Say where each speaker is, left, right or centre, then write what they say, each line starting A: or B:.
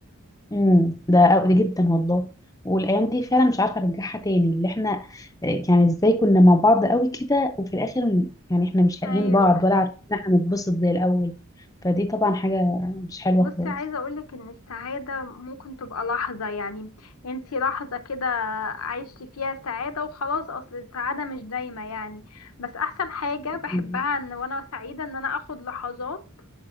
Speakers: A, on the left; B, on the left.
A: امم ده قوي جدا والله والايام دي فعلا مش عارفه ارجعها تاني اللي احنا يعني ازاي كنا مع بعض قوي كده وفي الاخر يعني احنا مش
B: ايوه
A: لاقيين بعض ولا عارفين ان احنا نتبسط زي الاول فدي طبعا حاجه مش حلوه
B: بصي
A: خالص
B: عايزه اقولك ان السعاده ممكن تبقى لحظه يعني انتي لحظه كده عايشتي فيها سعاده وخلاص اصل السعاده مش دايمه يعني بس احسن حاجه بحبها
A: مم.
B: ان وانا سعيده ان انا اخد لحظات